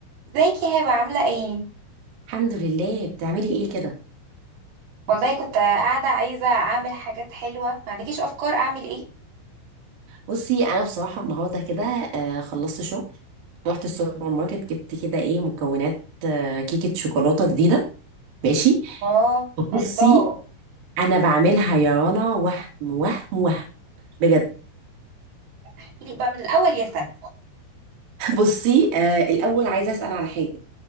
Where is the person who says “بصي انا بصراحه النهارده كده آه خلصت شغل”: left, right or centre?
Right